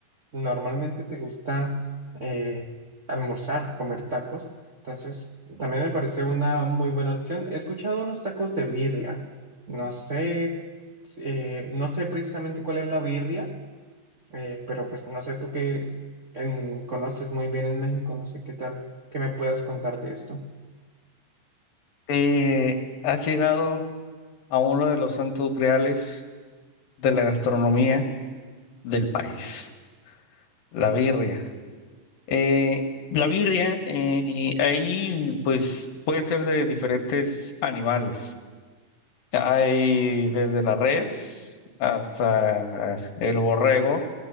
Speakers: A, on the right; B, on the left.
A: normalmente te gusta eh, almorzar, comer tacos. Entonces, también me parece una muy buena opción. He escuchado unos tacos de birria. No sé, eh, no sé precisamente cuál es la birria, eh, pero pues no sé tú que en- conoces muy bien en México, no sé qué tal que me puedas contar de esto.
B: Eh, ¿has llegado? a uno de los santos griales de la gastronomía del país, la birria. Eh, la birria, eh, y ahí pues puede ser de diferentes animales. Hay desde la res hasta el borrego